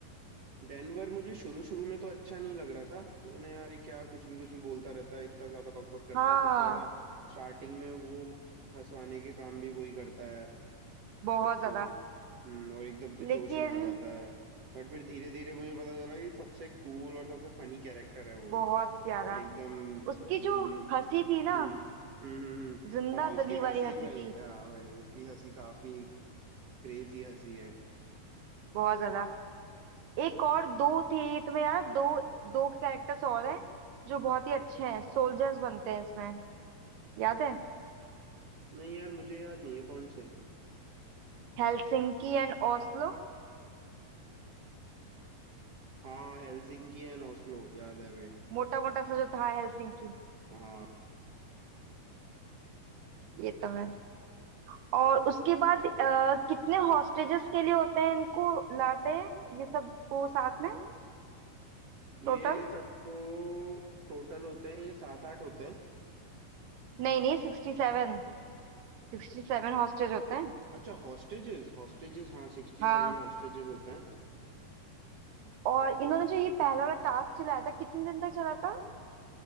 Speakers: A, on the right; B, on the right.
A: डेनवर मुझे शुरू शुरू में तो अच्छा नहीं लग रहा था यानी यार ये क्या कुछ भी कुछ भी बोलता रहता है इतना ज्यादा बकबक करता
B: हाँ
A: है सबसे ज्यादा स्टार्टिंग में वो फंसवाने के काम भी वही करता है
B: बहुत
A: सबको
B: ज्यादा
A: हम्म और एकदम से जोश
B: लेकिन
A: में आ जाता है बट फिर धीरे धीरे मुझे पता चला कि सबसे कूल और सबसे फनी कैरेक्टर है वो
B: बहुत प्यारा
A: एकदम
B: उसकी
A: जिन
B: जो हंसी थी ना
A: हम्म हम्म हम्म, हम्म।
B: जिंदा
A: हाँ उसकी
B: दिली
A: हंसी
B: वाली हंसी
A: भाई
B: थी
A: हाँ भाई उसकी हंसी काफी क्रेजी हंसी है
B: बहुत ज्यादा एक और दो थे तुम्हें याद दो दो कैरेक्टर्स और हैं जो बहुत ही अच्छे हैं सोल्जर्स बनते हैं इसमें याद है
A: नहीं यार मुझे याद नहीं है कौन से
B: Helsinki and Oslo
A: हाँ हेलसिंकी एंड ओस्लो याद आ गए
B: मोटा मोटा सा जो था हेलसिंकी
A: हाँ
B: ये तो है और उसके बाद अ, कितने हॉस्टेजेस के लिए होते हैं इनको लाते हैं ये सब को साथ में
A: ये
B: टोटल
A: सबको टोटल होते हैं ये सात आठ होते हैं
B: नहीं नहीं sixty seven Sixty seven hostage होते हैं
A: अच्छा हॉस्टेजेस हॉस्टेजेस हाँ सिक्सटी
B: हाँ
A: सेवन हॉस्टेजेस होते हैं
B: और इन्होंने जो ये पहला वाला टास्क चलाया था कितने दिन तक चला था